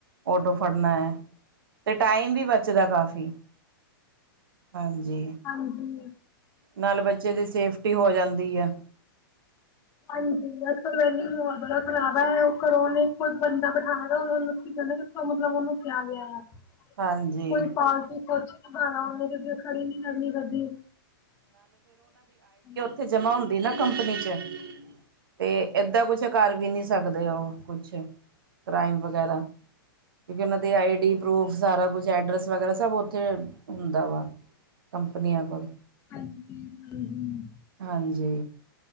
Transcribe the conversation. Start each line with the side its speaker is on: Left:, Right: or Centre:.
Right: ਔਟੋ ਫੜਨਾ ਹੈ ਅਤੇ ਟਾਈਮ ਵੀ ਬਚਦਾ ਕਾਫ਼ੀ ਹਾਂਜੀ
Left: ਹਾਂਜੀ।
Right: ਨਾਲੇ ਬੱਚੇ ਦੀ ਸੇਫਟੀ ਹੋ ਜਾਂਦੀ ਆ
Left: ਹਾਂਜੀ ਅੱਜਕੱਲ ਵੈਸੇ ਮਾਹੌਲ ਬੜਾ ਖ਼ਰਾਬ ਐ ਉਹ ਘਰੋਂ ਨੇ ਕੋਈ ਬੰਦਾ ਬਿਠਾ ਉਹ ਕੀ ਕਹਿੰਦਾ ਮਤਲਬ ਉਹਨੂੰ ਕਿਹਾ ਗਿਆ ਆ
Right: ਹਾਂਜੀ
Left: ਕੋਈ ਫਾਲਤੂ ਕੁਛ ਨ ਬਉਣਾ ਉਹਨੇ ਖੜੀ ਨੀ <inaudible>
Right: ਥੇ ਜਮਾ ਹੁੰਦੀ ਨਾ ਕੰਪਨੀ ਚ ਤੇ ਏਦਾਂ ਕੁਛ ਕਰ ਵੀ ਨੀ ਸਕਦੇ ਉਹ ਕੁਛ ਕ੍ਰਾਈਮ ਵਗੈਰਾ ਕਿਉਂਕਿ ਉਹਨਾਂ ਆਈ ਡੀ ਪਰੂਫ਼ ਸਾਰਾ ਕੁਛ ਐਡਰਸ ਵਗੈਰਾ ਸਭ ਉੱਥੇ ਹੁੰਦਾ ਵਾ ਕੰਪਨੀਆਂ ਕੋਲ
Left: ਹਾਂਜੀ ਹੂੰ ਹੂੰ
Right: ਹਾਂਜੀ